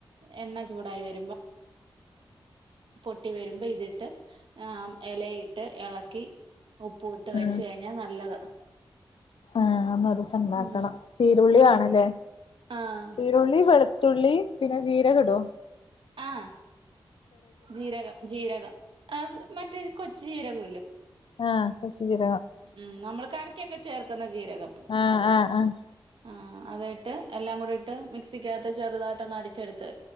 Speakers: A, on the right; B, on the left.
A: എണ്ണ ചൂടായി വരു പൊട്ടി വരുമ്പൊ ഇതിട്ട് ആ എലയിട്ട് എള ക്കി ഉപ്പു ഇട്ട് വെച്ച്
B: ആഹ്
A: കഴിഞ്ഞാ നല്ലതാ
B: ആഹ് ഒന്ന് ഒരീസം ഉണ്ടാക്കണം
A: ഉം
B: ചീരുള്ളി വേണല്ലേ
A: ആഹ്
B: ചീരുള്ളി വെളുത്തുള്ളി പിന്നെ ജീരകടോ
A: ആഹ് ജീരകം ജീരകം ആ മറ്റേ കൊച്ചു ജീരകം ല്ലേ
B: ആ കൊച്ച് ജീരാ
A: ഉം നമ്മൾ കറിക്കൊക്കെ ചേർക്കുന്ന ജീ ജീരകം
B: ആഹ്
A: അത്
B: ആഹ് ആഹ്
A: ആ ആ അത് ഇട്ട് എല്ലാം കൂടി ഇട്ട് മിക്സിക്കാത്ത് ചെറുതായിട്ടൊന്ന് അടിച്ചെടുത്ത്